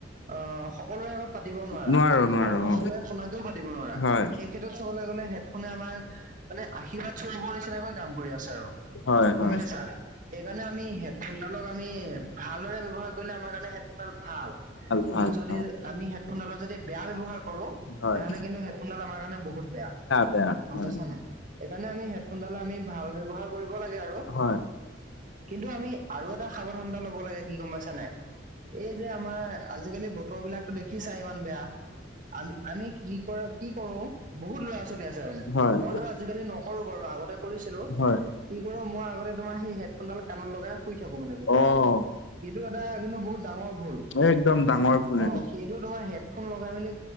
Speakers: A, on the right; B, on the left.
A: অ সকলোৰে আগত পাতিব নোৱাৰা
B: নোৱাৰো নোৱাৰো
A: আৰু
B: অ'।
A: সকলোৱে শুনাকেও পাতি দিব নোৱাৰা।
B: হয়।
A: হেতোত চাবলে গ'লে হেডফোনে আমাৰ মানে আশীৰ্বাদ চৰোপৰ নিচিনাকৈ কাম কৰি আছে আৰু
B: হয়, হয়।
A: গম পাইছা। সেইকাৰণে আমি হেডফোনডালক আমি ভালদৰে ব্যৱহাৰ কৰিলে আমাৰ কাৰণে হেড ডাল ভাল কিন্তু
B: ভাল
A: যদি
B: ভাল
A: আমি হেডফোনডালৰ যদি বেয়া ব্যৱহাৰ কৰো,
B: হয়,
A: তেনেহ'লে কিন্তু হেডফোনডাল আমাৰ কাৰণে বহুত বেয়া
B: বেয়া
A: গম
B: হয়।
A: পাইছা নাই। সেইকাৰণে আমি হেডফোনডাল আমি ভাল ব্যৱহাৰ কৰিব লাগে আৰু
B: হয়,
A: কিন্তু আমি আৰু এটা সাৱধানতা লব লাগে কি গম পাইছ নাই এই যে আমাৰ আজিকালি ব ত বিলাকো দেখিছাই ইমান বেয়া আমি আমি কি কৰে কি কৰো বহুত ল'ৰা ছোৱালী আছে মানে
B: হয়।
A: মইতো আজিকালি নকৰো বাৰু আগতে কৰিছিলো।
B: হয়,
A: কি কৰো মই আগতে তোমাৰ সেই হেডফোনডাল কাণত লগাই শুই থাকো মানে গোটেই
B: অ',
A: ৰাতি। এইটো এটা কিন্তু বহুত ডাঙৰ ভুল।
B: এই একদম
A: হেড
B: ডাঙৰ ভুল
A: অ সেইটো তোমাৰ হেডফোন লগাই মেলি